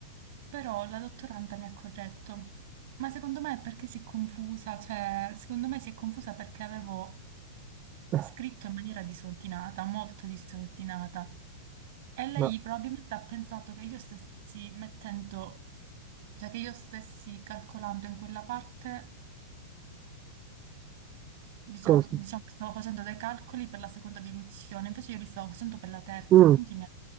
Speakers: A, on the right; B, on the right.
A: Però la dottoranda mi ha corretto, ma secondo me è perché si è confusa, cioè secondo me si è confusa perché avevo
B: <laughs>
A: scritto in maniera disordinata, molto disordinata. E lei
B: Ma
A: probabilmente ha pensato che io stessi mettendo, cioè che io stessi calcolando in quella parte, diciamo,
B: che cosa?
A: diciamo che stavo facendo dei calcoli per la seconda diluizione, invece io li stavo facendo per la terza
B: Mm,
A: e quindi mi ha,